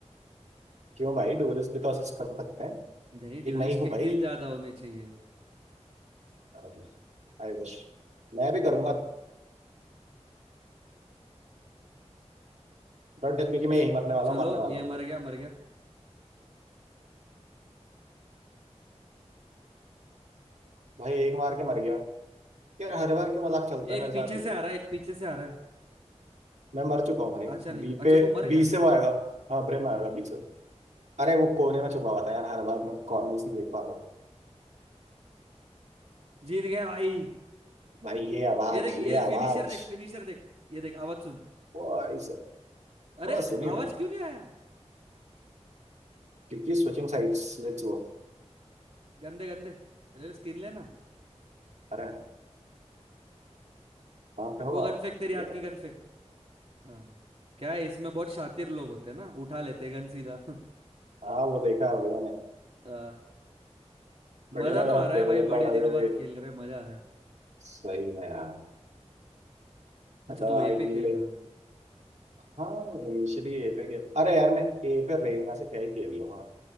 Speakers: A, on the right; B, on the right.
A: क्यों भाई डुअलिस्ट भी तो असिस्ट कर सकते हैं
B: नहीं
A: एक
B: ड्यूलिस्ट
A: मैं ही हूँ
B: के
A: भाई
B: किल ज्यादा होने चाहिए
A: जी आई विश मैं भी करूंगा डोंट टेल मी कि मैं यही मरने वाला
B: चलो
A: हूँ मरने वाला
B: ये
A: हूँ
B: मर गया मर गया
A: भाई एक मार के मर गया यार हर बार क्यों मजाक चलता है
B: एक
A: मेरे साथ
B: पीछे
A: ही
B: से आ रहा है एक पीछे से आ रहा है
A: मैं मर चुका हूँ भाई
B: अच्छा नहीं
A: बी
B: अच्छा
A: पे
B: तू मर
A: बी
B: गया
A: से वो आएगा हाँ प्रेम आएगा बी से अरे वो कोने में छुपा हुआ था यार हर बार मैं कॉर्नर्स नहीं देख पाता हूँ
B: जीत गया भाई
A: भाई ये आवाज
B: ये देख
A: ये
B: ये
A: आवाज
B: फिनिशर देख फिनिशर देख ये देख आवाज सुन
A: भाई साहब
B: अरे
A: हाँ सुनी मैंने
B: आवाज क्यों नहीं आया
A: क्योंकि स्विचिंग साइट्स लेट्स गो
B: गंदे गंदे ले ले स्किन लेना
A: अरे हाँ, कहाँ पे हो
B: वो
A: आप
B: गन फेंक तेरी हाथ
A: ये रहे
B: की गन फेंक हाँ क्या है इसमें बहुत शातिर लोग होते हैं ना उठा लेते हैं गन सीधा <laughs>
A: हाँ वो देखा है भाई मैंने
B: अ,
A: बट
B: मजा
A: यू नो
B: तो
A: मेरा
B: आ रहा
A: फेवरेट
B: है भाई
A: पार्ट
B: बड़े
A: अभी
B: दिनों बाद
A: भी-
B: खेल रहे हैं, मजा आ रहा है
A: सही में यार
B: अच्छा
A: मतलब
B: तू
A: आई
B: ए पे
A: फील
B: खेल
A: लाइक
B: रहा है।
A: हाँ इनिशियली ए पे खेल अरे यार मैं ए पे रेना से क्या ही खेल लूंगा